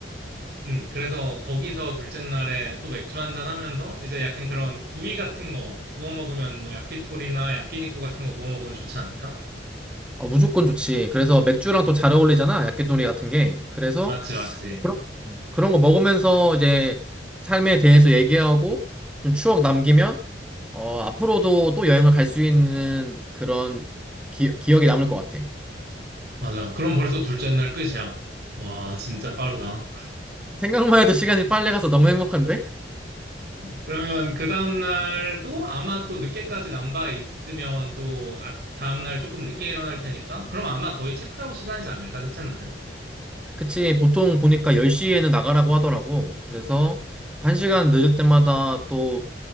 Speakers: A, on the right; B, in the centre.
A: 음, 그래서 거기서 둘째 날에 또 맥주 한잔 하면서 이제 약간 그런 구이 같은 거 구워 먹으면 뭐 야끼토리나 야끼니쿠 같은 거 구워 먹으면 좋지 않을까?
B: 어, 무조건 좋지. 그래서 맥주랑 또 잘 어울리잖아. 약개놀이 같은 게. 그래서
A: 맞지, 맞지.
B: 그런, 그런 거 먹으면서 이제 삶에 대해서 얘기하고 좀 추억 남기면 어, 앞으로도 또 여행을 갈 수 있는 그런 기, 기억이 남을 것 같아.
A: 맞아. 그럼 벌써 둘째 날 끝이야. 와, 진짜 빠르다.
B: 생각만 해도 시간이 빨리 가서 너무 행복한데?
A: 그러면 그 다음 날도 아마 또 늦게까지 남바에 있으면 또 아, 다음 날 조금 늦게 일어날 테니까 그럼 아마 거의 체크아웃 시간이지 않을까? 셋째 날은?
B: 그치, 보통 보니까 10시에는 나가라고 하더라고. 그래서 1시간 늦을 때마다 또